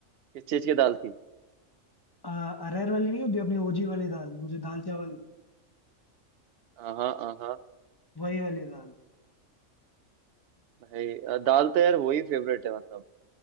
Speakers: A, on the right (about 55°); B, on the left (about 20°).
A: किस चीज की दाल थी
B: आ, अरहर वाली नहीं होती अपनी ओजी वाली दाल वो जो दाल चावल
A: हाँ हाँ हाँ हाँ
B: वही वाली दाल
A: भाई अ, दाल तो यार वही फेवरेट है मतलब